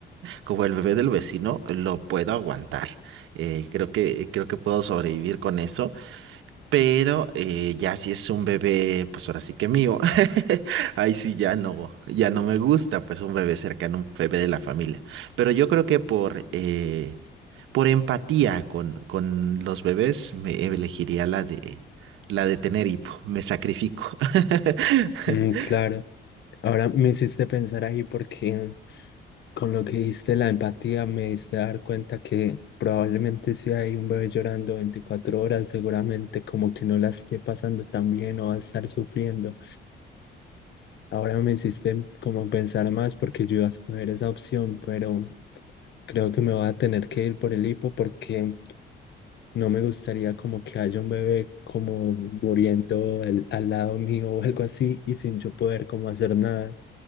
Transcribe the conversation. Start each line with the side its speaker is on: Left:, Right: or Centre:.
Right: como el bebé del vecino, lo puedo aguantar. Eh, creo que, creo que puedo sobrevivir con eso. Pero eh, ya si es un bebé, pues ahora sí que mío. <laughs> Ahí sí ya no, ya no me gusta, pues un bebé cercano, un bebé de la familia. Pero yo creo que por, eh, por empatía con, con los bebés, me elegiría la de la de tener hipo. Me sacrifico. <laughs>
Left: Mm, claro. Ahora me hiciste pensar ahí porque con lo que diste la empatía me diste dar cuenta que probablemente si hay un bebé llorando 24 horas, seguramente como que no la esté pasando tan bien o va a estar sufriendo. Ahora me hiciste como pensar más porque yo iba a escoger esa opción, pero creo que me voy a tener que ir por el hipo porque No me gustaría como que haya un bebé como muriendo al, al lado mío o algo así y sin yo poder como hacer nada.